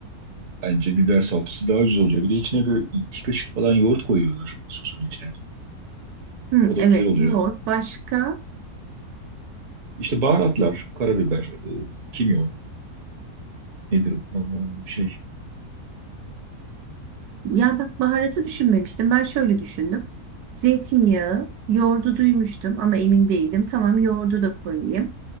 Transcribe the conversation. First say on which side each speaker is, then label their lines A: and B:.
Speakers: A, on the right; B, on the right.
A: Bence biber salçası daha güzel oluyor. Bir de içine böyle iki kaşık falan yoğurt koyuyorlar sosun içine.
B: Hı,
A: O da
B: evet,
A: güzel oluyor.
B: yoğurt. Başka?
A: İşte baharatlar, karabiber, e, kimyon nedir? o Şey,
B: Ya bak baharatı düşünmemiştim. Ben şöyle düşündüm. Zeytinyağı, yoğurdu duymuştum ama emin değildim. Tamam yoğurdu da koyayım.